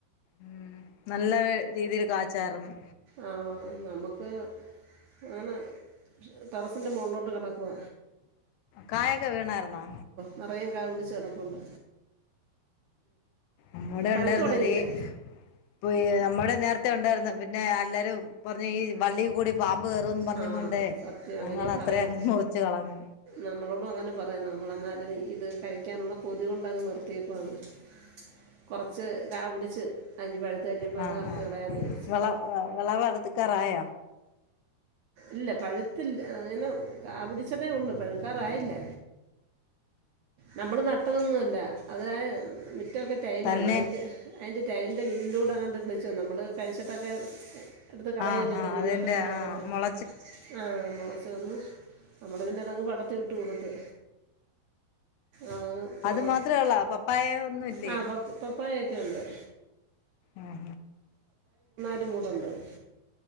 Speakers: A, on the left; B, on the right.
A: ഉഊം നല്ല രീതിൽ കാചാർന്ന്
B: ആ നമുക്ക് അങ്ങനെ ടെറസിന്റെ മോൾലോട്ട് കെട്കുവ
A: കായൊക്കെ വീണാർന്നോ
B: നിറയെ കാ പിടിച്ചു കെടപ്പുണ്ട്
A: നമ്മടെ
B: പഴുത്ത്
A: ഉണ്ടാർനു
B: തുടങ്ങിയില്ല
A: ടീ പൊ ഈ നമ്മുടെ നേരത്തെ ഉണ്ടാരുന്നു പിന്നെ എല്ലാരും പറഞ് ഈ വള്ളീകൂടി പാമ്പ് കയറുംന്ന് പറഞ്ഞും
B: ആഹ്
A: കൊണ്ടേ
B: സത്യം അങ്ങനേംപറയും
A: ഞങ്ങൾ അത്രയും മുറിച്ച് കളഞ്ഞു
B: നമ്മളോടും അങ്ങനെ പറയാ നമ്മളെന്നാലും ഇത് കഴിക്കാനുള്ള കൊതി കൊണ്ടങ്ങ് നിർ <unintelligible> കൊറച്ച് ക പിടിച്ച് അരിഞ്ഞ് പഴുത്ത് കഴിയുമ്പോൾ
A: ആ
B: അങ്ങ് അറുത്ത്
A: ആ
B: കളയാമെന്ന് വിചാരിച്ച്
A: വെള വെളവെടുത്ത് കറായോ
B: ഇല്ല പഴുത്തില്ല ഇങ്ങനെ കാപിടിച്ചതേ ഉള്ളു പഴുക്കാറായില്ല നമ്മൾ ന ട്ടതൊന്നു അല്ല അത് ആ റ്റോകെ റ്റയ്ലാണ്
A: തന്നെ
B: മയന്റെ അയ്‌ന്റെ ടൈലിന്റെ വീൻലൂടെ അങ്ങട് <unintelligible> ച്ചു നമ്മൾ കഴിച്ചിട്ടൊക്കെ എടുത്ത് കളയുമല്ലോ
A: ആഹ് ഹാ
B: അതിൻ്റെ കുരുവൊക്കെ
A: അതെന്റെആ
B: കിടക്കല്ലേ
A: മൊള
B: ആ മൊളചൊന്നും നമ്മള് പിന്നെതങ്ങ് പടത്തി വിട്ടു കൊടുത്ത് അതങ്ങ് പൊങ്ങ
A: അത് മാത്രേള്ളോ പപ്പായ ഒന്നുംല്ലേ
B: ആ പപ്പ പപ്പായൊക്കെ ഉണ്ട്
A: ആ
B: <unintelligible>